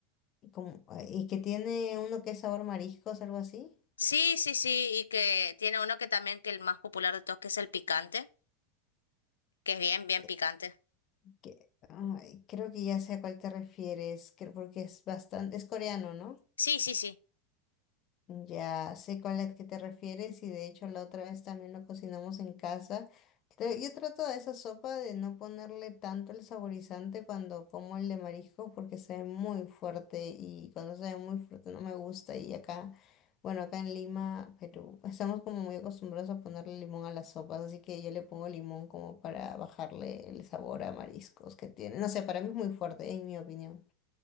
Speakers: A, on the left; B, on the left.
A: como- eh, y que tiene uno que es sabor mariscos, algo así.
B: Sí, sí, sí, y que tiene uno que también que el más popular de todos que es el picante, que es bien, bien
A: Que,
B: picante.
A: que- ay, creo que ya sé a cuál te refieres, que- porque es bastante, es coreano, ¿no?
B: Sí, sí, sí,
A: Ya sé cuál es que te refieres y de hecho la otra vez también lo cocinamos en casa. Tra- Yo trato a esa sopa de no ponerle tanto el saborizante cuando como el de marisco porque se ve muy fuerte y cuando se ve muy fuerte no me gusta y acá, bueno, acá en Lima, Perú, estamos como muy acostumbrados a ponerle limón a las sopas, así que yo le pongo limón como para bajarle el sabor a mariscos que tiene. No sé, para mí es muy fuerte, en mi opinión.